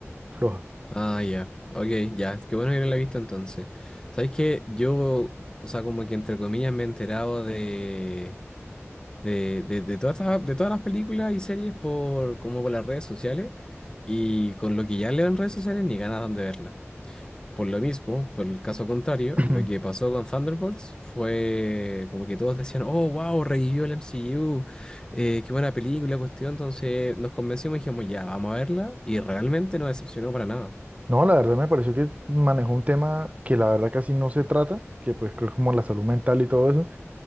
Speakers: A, on the right; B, on the left.
A: floja.
B: Ah, ya. Ok, ya, qué bueno que no la he visto entonces. ¿Sabes qué? Yo, o sea, como que entre comillas me he enterado de... de, de- de todas estas- de todas las películas y series por como por las redes sociales y con lo que ya leo en redes sociales ni ganas dan de verla. Por lo mismo, por el caso contrario,
A: <clears throat>
B: lo que pasó con Thunderbolts fue como que todos decían, oh, wow, revivió el MCU, eh, qué buena película, cuestión. Entonces nos convencimos y dijimos, ya, vamos a verla y realmente no decepcionó para nada.
A: No, la verdad me pareció que manejó un tema que la verdad casi no se trata, que pues creo que como la salud mental y todo eso.